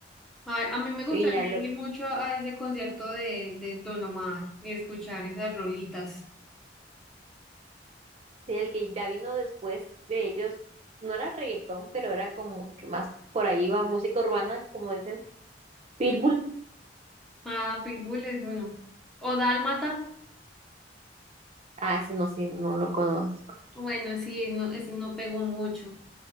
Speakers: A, in the centre; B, on the right.
A: A, a mí me gustaría
B: Y ya lo,
A: ir mucho a ese concierto de, de Don Omar y escuchar esas rolitas.
B: sí, el que ya vino después de ellos, no era reggaetón, pero era como que más por ahí va música urbana, como dicen, Pitbull.
A: Mm, Ah, Pitbull es uno. O Dálmata,
B: Ah, ese no, sí, no lo conozco.
A: bueno, sí, no, ese no pegó mucho.